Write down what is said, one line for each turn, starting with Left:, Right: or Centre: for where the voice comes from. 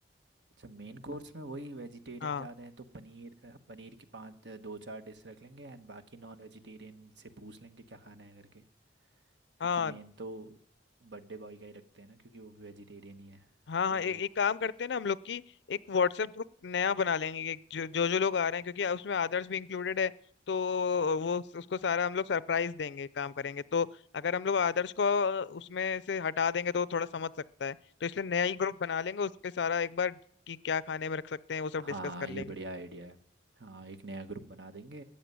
Right: अच्छा मेन कोर्स में वही वेजिटेरियन
Left: हाँ,
Right: ज़्यादा है तो पनीर अ, पनीर की पाँच अ, दो चार डिश रख लेंगे एंड बाकी नॉन वेजिटेरियन से पूछ लेंगे क्या खाना है करके क्योंकि
Left: हाँ
Right: मेन तो बर्थडे बॉय का ही रखते हैं ना क्योंकि वो भी वेजिटेरियन ही है
Left: हाँ
Right: तो
Left: हाँ ए, एक काम करते हैं ना हम लोग की एक व्हाट्सएप ग्रुप नया बना लेंगे एक जो जो जो लोग आ रहे हैं क्योंकि उसमें आदर्श भी इंक्लूडेड है तो वो उस- उसको सारा हम लोग सरप्राइज देंगे काम करेंगे तो अगर हम लोग आदर्श को उसमें से हटा देंगे तो वो थोड़ा समझ सकता है तो इसलिए नया ही ग्रुप बना लेंगे उस पे सारा एक बार कि क्या खाने में रख सकते हैं वो सब
Right: हाँ
Left: डिस्कस कर लेंगे
Right: ये बढ़िया आइडिया है हाँ एक नया ग्रुप बना देंगे